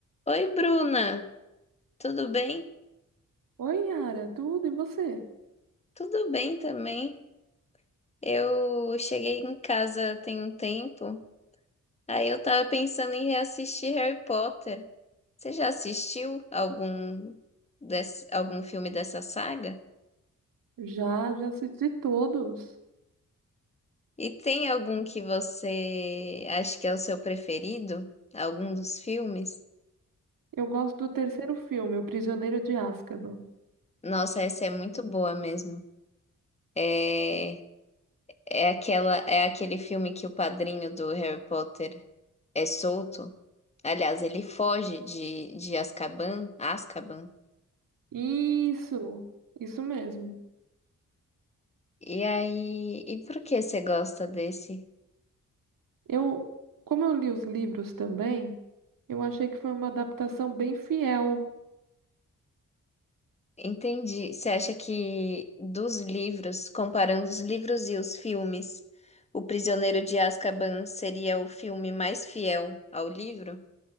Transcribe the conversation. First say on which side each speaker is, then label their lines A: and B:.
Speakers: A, on the left (about 20°); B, on the right (about 90°).
A: Oi, Bruna, tudo bem?
B: Oi, Yara, tudo e você?
A: Tudo bem também. Eu cheguei em casa tem um tempo, aí eu tava pensando em reassistir Harry Potter. Você já assistiu algum desse, algum filme dessa saga?
B: Já, já assisti todos.
A: E tem algum que você acha que é o seu preferido? Algum dos filmes?
B: Eu gosto do terceiro filme, O Prisioneiro de Azkaban.
A: Nossa, essa é muito boa mesmo. É É aquela, é aquele filme que o padrinho do Harry Potter é solto. Aliás, ele foge de, de Azkaban, Azkaban.
B: Isso, isso mesmo.
A: E aí, e por que você gosta desse?
B: Eu, como eu li os livros também, eu achei que foi uma adaptação bem fiel.
A: Entendi. Você acha que dos livros, comparando os livros e os filmes, O Prisioneiro de Azkaban seria o filme mais fiel ao livro?